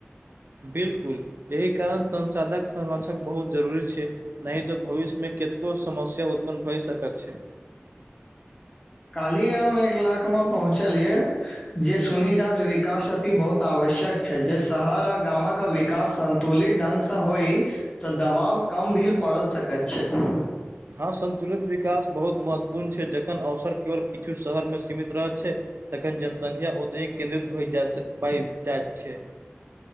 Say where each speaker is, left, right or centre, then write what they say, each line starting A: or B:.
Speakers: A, on the right; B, on the left.
A: बिल्कुल एहि कारण संसाधक संरक्षक बहुत जरूरी छै नहि तो भविष्य मे कतको समस्या उत्पन्न भए सकत छै
B: कालहि हम एक लाखमे पहुँचलियै जे सुनी जात विकास आति बहुत आवश्यक छै जे शहर आ गामक विकास तुलित ढंग से होइ तऽ दबाव कम भी पड़ सकैत छै
A: हँ सन्तुलित विकास बहुत महत्वपूर्ण छै जखन अवसर केवल किछु शहरमे सीमित रहैत छै तखन जनसंख्या ओतहि केन्द्रित भ जा बहि जाइत छै